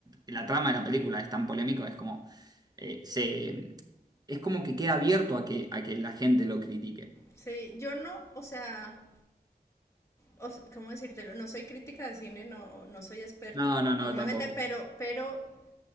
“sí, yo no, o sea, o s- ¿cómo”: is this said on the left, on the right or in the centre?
Left